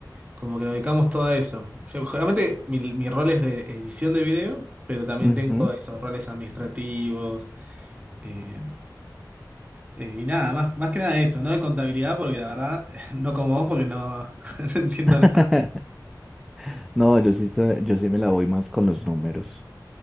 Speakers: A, on the right (about 20°); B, in the centre.
A: Como que nos dedicamos todo a eso. Gen- Generalmente mi, mi rol es de edición de video, pero también
B: Ujú.
A: tengo esos roles administrativos. eh, eh, y nada, más, más que nada eso, no de contabilidad, porque la verdad, <laughs> no como vos, porque no, <laughs> no entiendo nada.
B: <laughs> No, yo sí, so- yo sí me la voy más con los números.